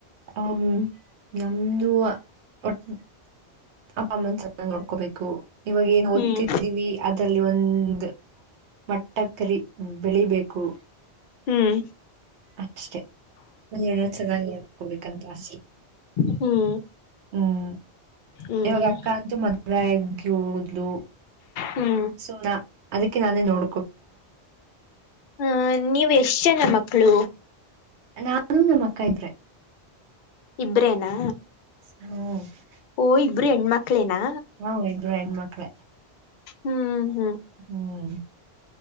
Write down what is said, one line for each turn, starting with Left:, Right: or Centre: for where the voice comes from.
Right: ಹ ನಮ್ದು ಒಟ್ ಅಪ್ಪ ಅಮ್ಮನ್ ಚೆನ್ನಾಗ್ ನೋಡ್ಕೋಬೇಕು ಇವಾಗ ಏನ್ ಓದ್ತಿದ್ದೀವಿ.
Left: ಹ್ಮ್
Right: ಅದರಲ್ಲಿ ಒಂದು ಮಟ್ಟ ಕರಿ ಬೆಳಿಬೇಕು.
Left: ಹ್ಮ್
Right: ಅಷ್ಟೇ ಮನ್ನೆಲ್ಲ ಚೆನ್ನಾಗಿ ನೋಡ್ಕೊಬೇಕು ಅಂತ ಆಸೆ.
Left: ಹ್ಮ್
Right: ಹ್ಮ್
Left: ಹ್ಮ್
Right: ಇವಾಗ ಅಕ್ಕಂತೂ ಮದುವೆ ಆಗಿ ಹೋದ್ಲು.
Left: ಹ್ಮ್
Right: ಸೊ ನಾ ಅದಕ್ಕೆ ನಾನೇ ನೋಡ
Left: ಹ ನೀವ್ ಎಷ್ಟ್ ಜನ ಮಕ್ಕಳು.
Right: ನಾನು ನಮ್ ಅಕ್ಕ ಇಬ್ರೆ.
Left: ಇಬ್ರೇನಾ.
Right: ಹು
Left: ಓ ಇಬ್ರು ಹೆಣ್ಮಕ್ಳೇನಾ.
Right: ಹಾ ಇಬ್ರು ಹೆಣ್ಮಕ್ಳೆ.
Left: ಹ್ಮ್ ಹ್ಮ್
Right: ಹ್ಮ್